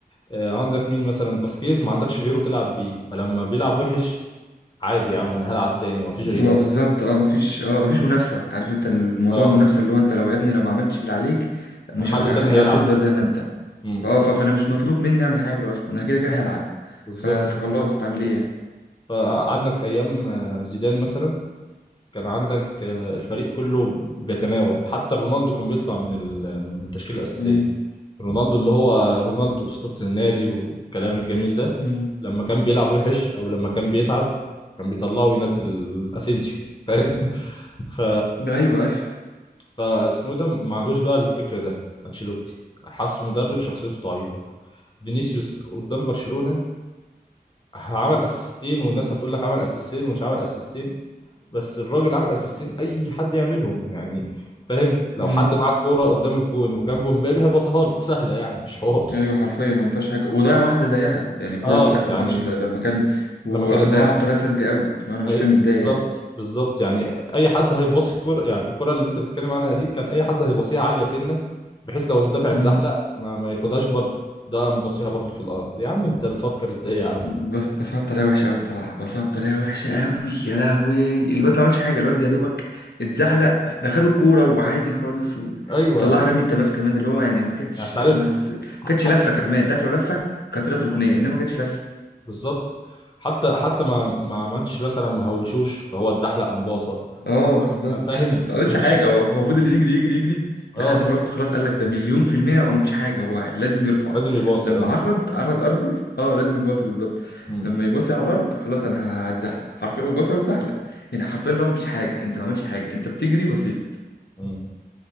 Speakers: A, on the left; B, on the left.
A: آه، عندك مين مثلا فاسكيز ما عندكش غيره تلعب بيه فلما بيلعب وحش عادي يا عم انا هلعب تاني ما فيش غيري
B: هو
A: اصلا
B: بالظبط اه مفيش اه مفيش منافسه عارف انت الموضوع
A: اه
B: المنافسه اللي هو انت لو يا ابني لو ما عملتش اللي عليك مش
A: حد
B: ه...
A: تاني
B: لا
A: هيلعب
B: هتفضل زي ما انت
A: امم
B: فاه ف- فانا مش مطلوب مني اعمل حاجه اصلا انا كده كده هلعب
A: بالظبط
B: ف... فخلاص عامل ايه يعني
A: فعندك ايام آه، زيدان مثلا كان عندك آه، الفريق كله بيتناوب حتى رونالدو كان بيطلع من ال- من التشكيله الاساسيه
B: امم
A: رونالدو اللي هو رونالدو اسطوره النادي والكلام الجميل ده
B: امم
A: لما كان بيلعب وحش او لما كان بيتعب كان بيطلعه وينزل اسينسيو فاهم <laughs> ف
B: ده ايوه ايوه
A: فاسمه إيه ده ما عندوش بقى الفكر ده انشيلوتي حاسه مدرب شخصيته ضعيفه فينيسيوس قدام برشلونه عمل اسيستين والناس هتقول لك عمل اسيستين ومش عمل اسيستين بس الراجل عمل اسيستين اي حد يعملهم يعني فاهم لو
B: امم
A: حد معاه الكوره قدام الجون وجنبه مبابي هيباصيها له <laughs> سهله يعني مش حوار
B: ايوه حرفيا ما فيهاش حاجه وضيع واحده زيها يعني الكره
A: اه
B: اللي في الاخر
A: يعني
B: ماتش ده لما كان وضيعها
A: لما كان انه
B: بطريقه ساذجه قوي اللي هو انا مش
A: أي-
B: فاهم ازاي
A: بالظبط بالظبط يعني اي حد هيباصي الكوره يعني في الكوره اللي انت بتتكلم عنها دي كان اي حد هيباصيها عاليه سنه بحيث لو المدافع اتزحلق
B: يعني
A: ما, ما ياخدهاش برضه ده قام باصيها برضه في الارض يا عم انت بتفكر ازاي يا عم
B: بس بس هو بطريقه وحشه قوي الصراحه بس هو بطريقه وحشه قوي يا لهوي الواد ما عملش حاجه الواد يا دوبك اتزحلق ده خد الكوره وعادي خالص و...
A: ايوه
B: وطلعها
A: يعني
B: رمي التماس كمان اللي هو يعني ما كانتش
A: انت
B: يا
A: عارف
B: نهار اسود ما
A: حتى
B: كانتش لفه كمان تعرف لو لفه كانت طلعت ركنيه انما ما كانتش لفه
A: بالظبط حتى حتى ما ما عملتش مثلا ما هوشوش فهو اتزحلق أمباصة
B: اه بالظبط
A: أما فاهم
B: <laughs> ما عملش
A: مفيش
B: حاجه هو هو فضل يجري يجري يجري
A: اه
B: لحد ما الوقت خلاص قال لك ده مليون في المية هو مفيش حاجه هو لازم يرفع
A: لازم يباصي
B: لما
A: اه
B: عرض عرض ارضي ف- اه لازم يباصي بالظبط
A: <laughs> مم.
B: لما يباصي على الارض خلاص انا هتزحلق حرفيا هو باصي واتزحلق يعني حرفيا لو مفيش حاجه انت ما عملتش حاجه انت بتجري بسيط
A: مم.